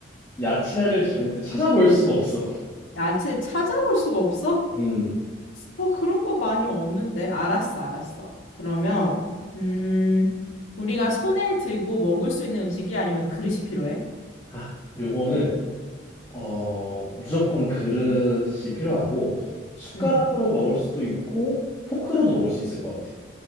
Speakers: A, on the left; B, on the left.
A: 야채를 절대 찾아볼 수도 없어.
B: 야채 찾아볼 수가 없어?
A: 음.
B: 뭐 그런 거 많이 없는데. 알았어, 알았어. 그러면, 음, 우리가 손에 들고 먹을 수 있는 음식이 아니면 그릇이 필요해?
A: 아, 요거는 어, 무조건 그릇이 필요하고 숟가락으로
B: 음,
A: 먹을 수도 있고 포크로도 먹을 수 있을 것 같아.